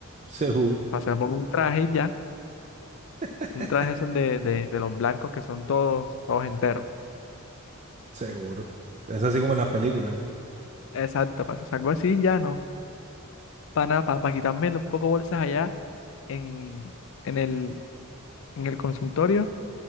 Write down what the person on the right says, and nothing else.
Seguro.
<laughs>
Seguro. Es así como en las películas, ¿eh?